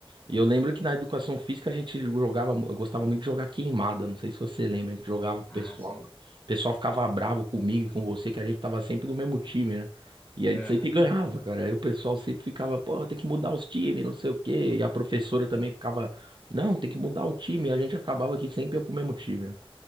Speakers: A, on the right; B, on the left.
A: E eu lembro que na educação física a gente jogava, mu- eu gostava muito de jogar queimada. Não sei se você lembra, a gente jogava com
B: Ah,
A: o pessoal.
B: sim.
A: O pessoal ficava bravo comigo e com você, que a gente tava sempre do mesmo time, né? E a
B: Aham.
A: gente sempre ganhava, cara. Aí o pessoal sempre ficava, pô, tem que mudar os times, não sei o quê. E a professora também ficava, não, tem que mudar o time. E a gente acabava que sempre ia pro mesmo time, né?